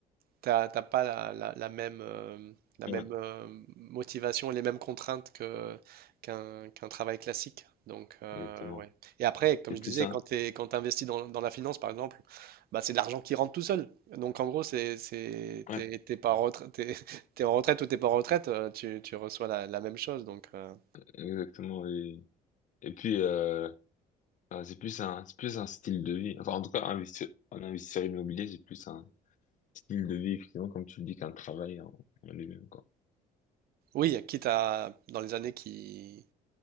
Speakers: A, on the right; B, on the left.
A: T'as t'as pas la, la- la même, euh, la
B: ouais,
A: même euh, motivation, et les mêmes contraintes que, qu'un, qu'un travail classique. Donc, euh,
B: exactement.
A: ouais. Et après, comme
B: C'est
A: je
B: plus
A: disais,
B: ça.
A: quand tu quand tu investis dans, dans la finance, par exemple, bah, c'est de l'argent qui rentre tout seul. Donc, en gros, c'est, c'est,
B: Ouais,
A: t'es, t'es pas en retraite, t'es, <laughs> t'es en retraite ou t'es pas en retraite, euh, tu, tu reçois la, la même chose. Donc, euh,
B: exactement. Oui. Et puis, euh, Euh, c'est plus un, c'est plus un style de vie. Enfin, en tout cas, investir, en investisseur immobilier, c'est plus un style de vie, effectivement, comme tu le dis, qu'un travail en, en lui-même, quoi.
A: oui, quitte à, dans les années qui,